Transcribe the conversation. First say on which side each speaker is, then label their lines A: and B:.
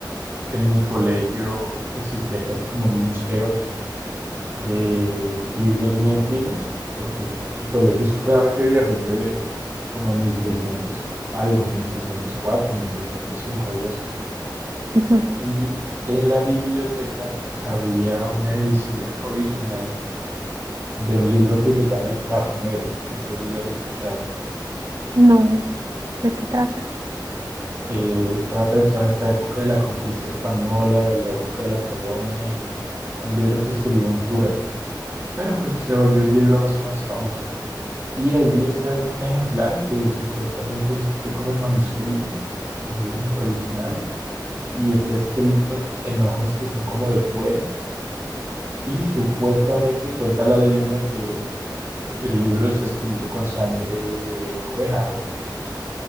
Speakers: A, on the right; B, on the right.
A: en mi colegio existía casi como un museo de libros muy antiguos, porque pues, mi colegio es supremamente viejo, es de como de 1600 algo, 1604, 1605, algo así.
B: Ujú.
A: Y en la biblioteca había una edición original de un libro que se llama El Carnero, no sé si lo has escuchado.
B: No, ¿de qué trata?
A: Eh, trata de toda esta época de la conquista española, de la época de la colonia y fue un libro que escribió un cura, pero pues se volvió un libro más o menos famoso. Y allí está un ejemplar que supuestamente es- fue como el manuscrito, el original, y está escrito en hojas que son como de cuero. Y supuestamente cuenta la leyenda que el libro está escrito con sangre de oveja o de,